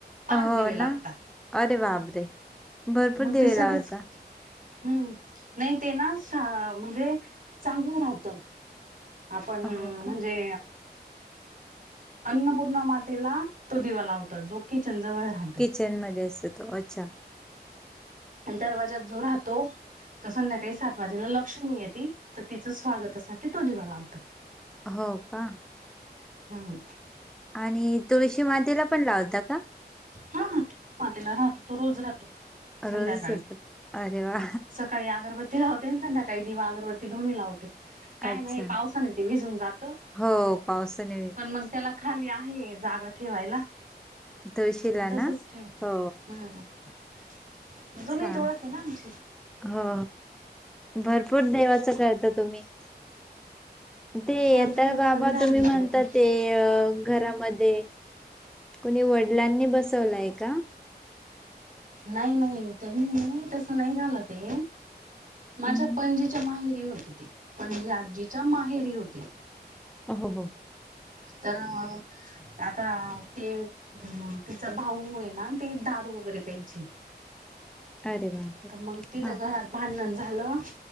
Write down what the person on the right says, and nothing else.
पाच
दिवे लागतात
मग
ते सगळेच.
हम्म नाही ते ना सा म्हणजे चांगू राहत. आपण
म्हणजे अन्नपूर्णा मातेला तो दिवा लावतात जो किचन जवळ राहतो.
आणि दरवाज्यात जो राहतो. तर संध्याकाळी सात वाजेला लक्ष्मी येती तर तिच स्वागतासाठी तो दिवा लावतात.
हम्म
हां हां तुळशीमातेला राहतो तो रोज राहतो.
संध्याकाळी
सकाळी अगरबत ती लावते संध्याकाळी दिवा अगरबत्ती दोन्ही लावते. काय
नाही पावसाने ते विजून जात.
पण मग त्याला खाली आहे जागा ठेवायला.
मग
तसच ठेवते
हा अजून
इथं ओळख आहे ना आमची.
आमच्या
घरात सगळे धार्मिक
लोक आहेत.
नाही नाही त्यांनी नाही तस नाही झालं ते. माझ्या
पणजीच्या माहेरी होते ते पणजी आजीच्या माहेरी होते.
तर आता ते अह तिचा भाऊ आहे ना. ते दारू वगैरे प्यायचे
तर मग तिथं
घरात भांडण झालं